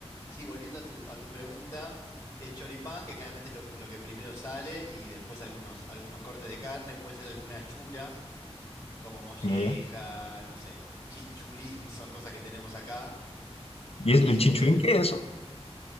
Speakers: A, on the left; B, on the left.
A: sí, volviendo a tu, a tu pregunta, es choripán, que generalmente es lo, lo que primero sale, y después algunos, algunos cortes de carne, puede ser alguna chura, como molleja,
B: Ya, ya.
A: no sé, chinchulín, <laughs> son cosas que tenemos acá.
B: ¿Y es
A: Eh,
B: el chinchulín qué es eso?